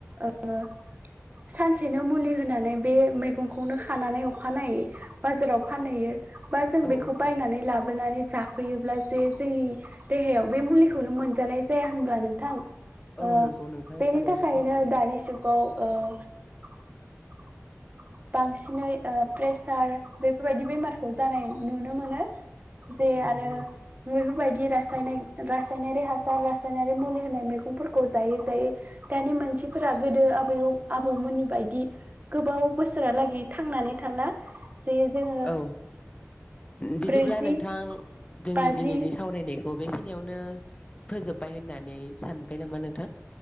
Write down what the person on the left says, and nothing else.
औ
औ नंगौ
औ
नंगौ नोंथां
थारैनो
सैथो औ
औ नंगौ
नोंथां
औ बिदिब्ला
नोंथां जोंनि
दिनैनि सावरायनाय खौ बे खिनियावनो फोजोबबाय होननानै सानबाय नामा नोंथां।